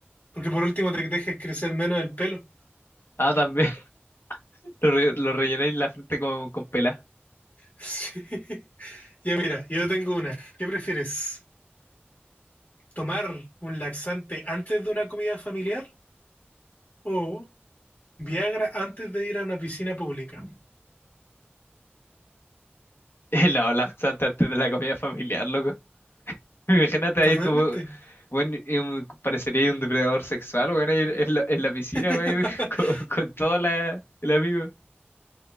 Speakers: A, on the left (about 50°); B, on the left (about 65°).
A: Porque por último te dejes crecer menos el pelo. <laughs>
B: Ah, también <laughs> lo, re- lo rellené la frente con, con pelar.
A: Sí. Ya mira, yo tengo una. ¿Qué prefieres? ¿Tomar un laxante antes de una comida familiar o Viagra antes de ir a una piscina pública?
B: <laughs> No, laxante antes de la comida familiar, loco. <laughs> Imagínate
A: Totalmente.
B: ahí como, bueno, y un- parecería un depredador sexual, bueno, ahí en la, en la piscina,
A: <laughs>
B: weón, <laughs> con, con todo la, el amigo.